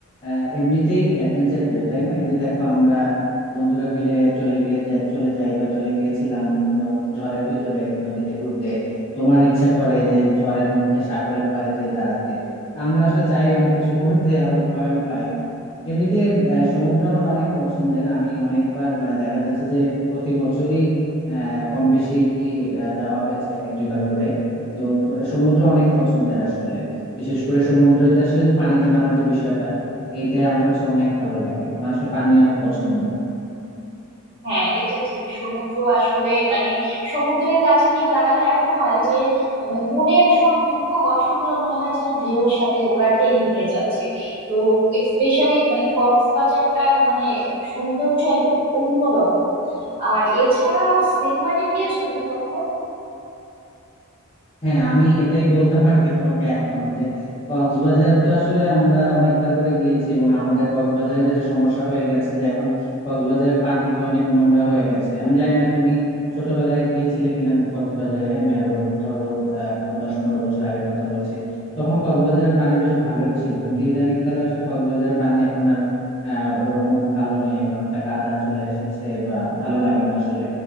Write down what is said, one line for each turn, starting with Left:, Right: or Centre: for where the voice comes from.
Left: আহ, এমনিতেই অ্যাডভেঞ্চার প্রিয় তাই না এই যে দেখো আমরা বন্ধুরা মিলে চলে গিয়ে যা- চলে যাই বা চলে গিয়েছিলাম ন- ঝড়ের ভিতরে নদীতে ঘুরতে তোমার ইচ্ছা করে যে ঝড়ের মধ্যে সাগরের পাড়ে যেয়ে দাঁড়াতে আমরা আসলে চাই অনেক কিছু করতে আবার ভয়ও পাই এমনিতে আহ, সমুদ্র আমার অনেক পছন্দের আমি অনেকবার মানে দেখা যাচ্ছে যে প্রতি বছরই আহ, কম বেশি আহ, যাওয়া হয়েছে এক দুইবার করে তো আহ, সমুদ্র অনেক পছন্দের আসলে বিশেষ করে সমুদ্রতে আসলে যে পানিতে নামার যে বিষয়টা এইটাই আমার কাছে অনেক ভালো লাগে আমার আসলে পানি অনেক পছন্দ
Right: হ্যাঁ এটা ঠিক সমুদ্র আসলে মানে সমুদ্রের কাছে গিয়ে দাঁড়ালে এমন হয় যে মানে মনের সব দুঃখ কষ্টগুলো মনে হয় যেন ঢেউর সাথে ওরা টেনে নিয়ে যাচ্ছে তো স্পেশালি মানে কক্সবাজারটার মানে সৌন্দর্য একদম অন্যরকম আর এছাড়া সেন্ট মার্টিন গিয়েছো তুমি কখনো
Left: হ্যাঁ আমি এটাই বলতাম আর কি তোমাকে এখনো যে কক্সবাজার তো আসলে আমরা অনেকবার করে গিয়েছি এবং আমাদের কক্সবাজারে যেটা সমস্যা হয়ে গেছে যে এখন কক্সবাজারের পানি তো অনেক নোংরা হয়ে গেছে আমি জানি না তুমি ছোটবেলায় গিয়েছিলে কিনা কক্সবাজারে আমি আরো ধরো আহ পো- দশ পনেরো বছর আগের কথা বলছি তখন কক্সবাজারের পানি বেশ ভালোই ছিল কিন্তু ইদানিং কালে আসলে কক্সবাজারের পানি এখন আর আহ ওরকম ভালো নেই এখন একটা কাদা চলে এসেছে বা ভালো লাগে না আসলে